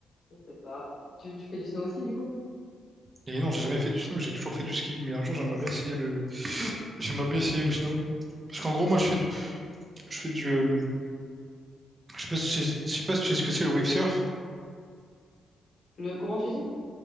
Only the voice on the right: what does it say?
Et non, j'ai jamais fait du snow, j'ai toujours fait du ski. Mais un jour, j'aimerais bien essayer le, j'aimerais bien essayer le snow. Parce qu'en gros, moi, je fais du, je fais du, euh, je sais pas si tu sais je sais pas si tu sais ce que c'est le wave surf.